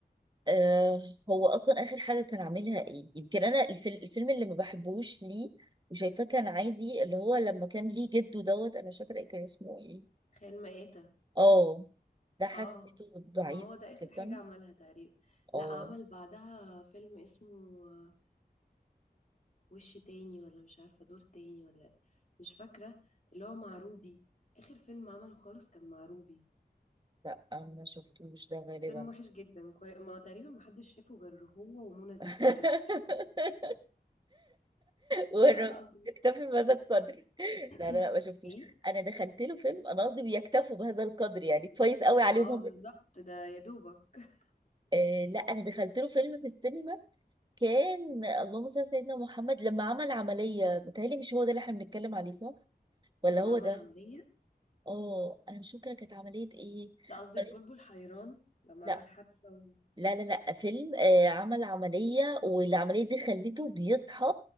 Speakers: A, on the right; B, on the left.
A: آه، هو اصلا اخر حاجه كان عاملها ايه يمكن انا الفيلم, الفيلم اللي ما بحبوش ليه وشايفاه كان عادي اللي هو لما كان ليه جده دوت انا مش فاكره إيه كان اسمه ايه
B: خيال مآتة
A: اه ده حسيته
B: اه
A: ضعيف
B: ما هو ده اخر
A: جدا
B: حاجة عملها تقريبا
A: اه
B: لا عمل بعدها فيلم اسمه وش تاني ولا مش عارفة دور تاني ولا مش فاكرة اللي هو مع روبي آخر فيلم عمله خالص كان مع روبي
A: لا ما شفتوش ده غالبا
B: فيلم وحش جدا كوي... ما تقريبا محدش شافه غير هو ومنى زكي
A: <laughs>
B: بس
A: ور-
B: والله العظيم
A: اكتفي بهذا القدر <laughs>
B: <clears throat>
A: لا لا لا ما شفتوش
B: ايه
A: انا دخلت له فيلم انا قصدي بيكتفوا بهذا القدر يعني كويس قوي عليهم
B: اه
A: هم
B: بالظبط ده يا دوبك
A: آه لا انا دخلت له فيلم في السينما كان اللهم صل على سيدنا محمد لما عمل عمليه متهيألي مش هو ده اللي احنا بنتكلم عليه صح ولا
B: لما
A: هو
B: عمل
A: ده
B: عملية
A: اه انا مش فاكره كانت عمليه ايه
B: لا قصدك
A: عملية-
B: بلبل حيران لما
A: لا
B: عمل حادثة و...
A: لا لا لا فيلم آه عمل عمليه والعمليه دي خلته بيصحى